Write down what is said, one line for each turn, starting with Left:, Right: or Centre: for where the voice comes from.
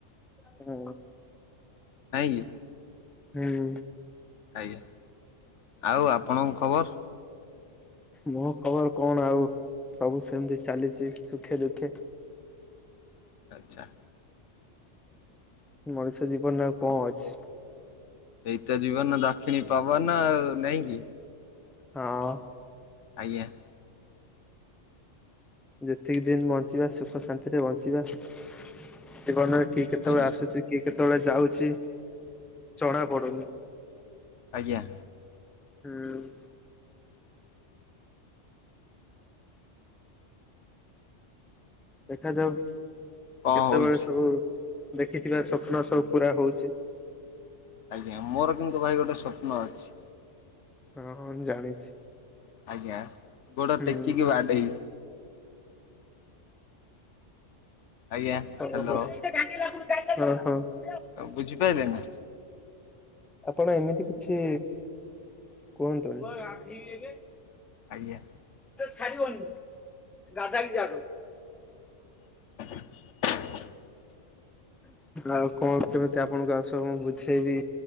Centre: ହୁଁ।
Left: ନାଇଁକି?
Centre: ହୁଁ।
Left: ଆଜ୍ଞା <inaudible> ଆଉ ଆପଣଙ୍କ ଖବର?
Centre: ମୋ ଖବର କଣ ଆଉ ସବୁ ସେମିତି ଚାଲିଛି ସୁଖେ ଦୁଃଖେ।
Left: ଆଚ୍ଛା।
Centre: <inaudible> ମଣିଷ ଜୀବନରେ ଆଉ କଣ ଅଛି।
Left: ଏଇତ ଜୀବନ ଦାକ୍ଷିଣୀ ପବନ ଆଉ ନାଇଁ କିି।
Centre: ହଁ
Left: ଆଜ୍ଞା।
Centre: ଯେତିକି ଦିନ ବଞ୍ଚିବା ସୁଖ ଶାନ୍ତିରେ ବଞ୍ଚିବା <inaudible> ଜୀବନ ରେ କିଏ କେତେବେଳେ
Left: ଆଜ୍ଞା।
Centre: ଆସୁଛି କିଏ କେତେବେଳେ ଯାଉଛି ଜଣା ପଡୁନି।
Left: ଆଜ୍ଞା।
Centre: ହୁଁଉଁ। ଦେଖାଯାଉ କେତେବେଳେ
Left: କଣ ହଉଛି
Centre: ସବୁ ଦେଖିଥିବା ସ୍ୱପ୍ନ ସବୁ ପୁରା ହଉଛି।
Left: ଆଜ୍ଞା ମୋର କିନ୍ତୁ ଭାଇ ଗୋଟେ ସ୍ବପ୍ନ ଅଛି।
Centre: ହଁ ହଁ ମୁଁ ଜାଣିଛି।
Left: ଆଜ୍ଞା ଗୋଡ
Centre: ହୁଁ।
Left: ଟେକିକି ବାଡେଇ ଆଜ୍ଞା
Centre: ହଁ
Left: ହ୍ୟାଲୋ
Centre: ହଁ ହଁ ହଁ।
Left: ଆଉ ବୁଝିପାରିଲେ ନା?
Centre: ଆପଣ ଏମିତି କିଛି କୁହନ୍ତୁନି।
Left: ଆଜ୍ଞା।
Centre: ଛାଡିବନି ଗାଦାକ ଯାର
Left: <inaudible>
Centre: ଆଉ କଣ କେମିତି ଆପଣଙ୍କୁ ଆଉ ସବୁ ମୁଁ ବୁଝେଇବି।